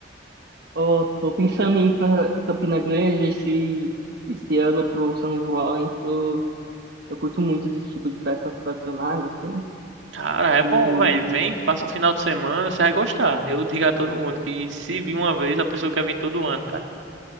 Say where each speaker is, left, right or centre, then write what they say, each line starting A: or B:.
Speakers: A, on the right; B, on the right.
A: Oh, tô pensando em ir pra Campina Grande esse, esse ano pro São João, hein? Tô, eu curto muito esse tipo de festas tradicionais, assim.
B: Cara, é
A: E...
B: bom, velho. Vem, passa um final de semana, você vai gostar. Eu digo a todo mundo que se vir uma vez, a pessoa quer vir todo ano, cara.